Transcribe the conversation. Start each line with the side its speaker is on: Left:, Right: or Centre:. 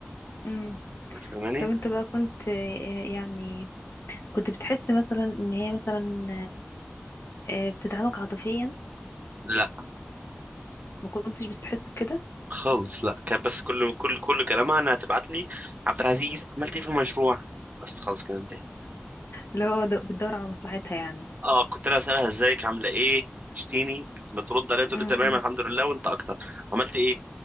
Left: امم
Right: فاهماني
Left: طب انت بقى كنت آه، يعني كنت بتحس مثلا ان هي مثلا آه، بتدعمك عاطفيا
Right: لا
Left: ما كنتش بتحس بكده
Right: خالص لا كان بس كل كل كل كلامها انها تبعت لي عبد العزيز عملت ايه في المشروع بس خلاص كده انتهينا
Left: اللي هو د- بتدور على مصلحتها يعني
Right: اه كنت انا اسالها ازيك عامله ايه وحشتيني كنت بترد عليها تقول
Left: م-
Right: لي تمام
Left: م.
Right: الحمد لله وانت اكتر عملت ايه